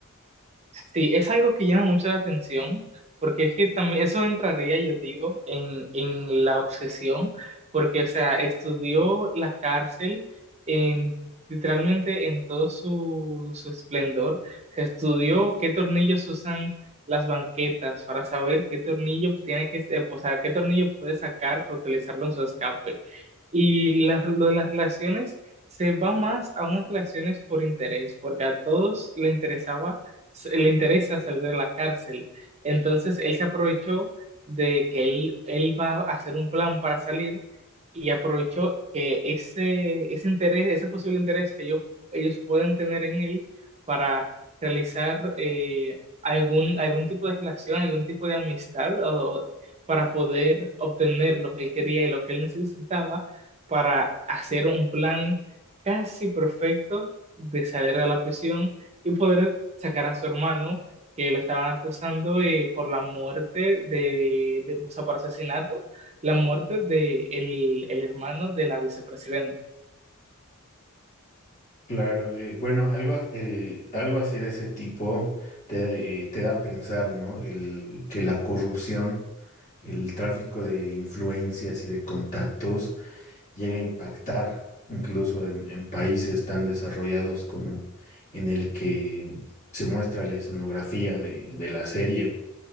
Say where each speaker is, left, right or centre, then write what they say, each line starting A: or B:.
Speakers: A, on the right (about 30°); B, on the left (about 35°).
A: Sí, es algo que llama mucho la atención, porque es que también eso entraría, yo digo, en, en la obsesión, porque, o sea, estudió la cárcel en, literalmente en todo su, su esplendor. Se estudió qué tornillos usan las banquetas para saber qué tornillo tiene que, eh, o sea, qué tornillo puede sacar para utilizarlo en su escape. Y la- lo de las relaciones se va más a unas relaciones por interés, porque a todos le interesaba se- le interesa salir de la cárcel. Entonces él se aprovechó de que él, él va a hacer un plan para salir y aprovechó que ese, ese interés, ese posible interés que ellos, ellos pueden tener en él para realizar eh, algún, algún tipo de relación, algún tipo de amistad o para poder obtener lo que él quería y lo que él necesitaba para hacer un plan casi perfecto de salir de la prisión y poder sacar a su hermano, que lo estaban acusando de- por la muerte de, de- o sea, por asesinato, la muerte de el el hermano de la vicepresidenta.
B: Claro, eh, bueno, algo, eh, algo así de ese tipo te, eh, te da a pensar, ¿no? El, que la corrupción, el tráfico de influencias y de contactos llega a impactar incluso en, en países tan desarrollados como en el que se muestra la escenografía de, de la serie.